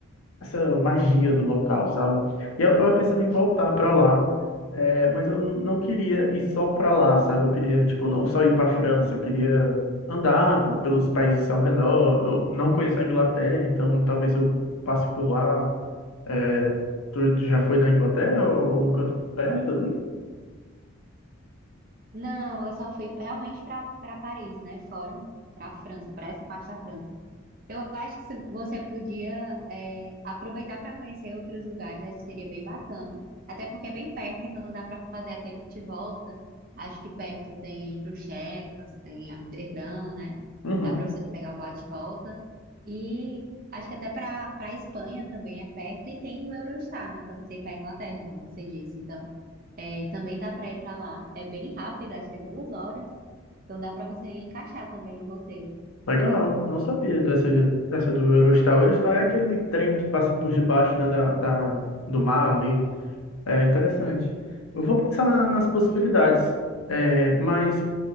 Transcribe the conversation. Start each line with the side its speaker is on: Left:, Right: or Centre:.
Left: essa magia do local, sabe? E eu tava pensando em voltar pra lá, é, mas eu não queria ir só pra lá, sabe? Eu queria, tipo, não só ir pra França, eu queria andar p- pelos países ao redor. Eu não conheço a Inglaterra, então talvez eu passe por lá. É, tu, tu já foi na Inglaterra ou algum canto perto ali?
Right: Não, eu só fui realmente para para Paris, né? Fora, para a França, para essa parte da França. Eu acho que se você podia é, aproveitar para conhecer outros lugares, acho que seria bem bacana. Até porque é bem perto, então dá para fazer aquele de volta. Acho que perto tem Bruxelas, tem Amsterdã, né?
Left: Uhum.
Right: Dá para você pegar um bate e volta. E acho que até para para Espanha também é perto e tem o Eurostar, né? Para você ir para Inglaterra, como você disse. Então é, também dá para ir para lá. É bem rápido, acho que é duas horas. Então dá para você encaixar também no roteiro.
Left: Legal, não sabia dessa, dessa do Eurostar. O Eurostar é aquele trem que passa por debaixo, né, da, da, do mar ali. É interessante. Eu vou pensar na- nas possibilidades,
Right: Isso.
Left: é, mas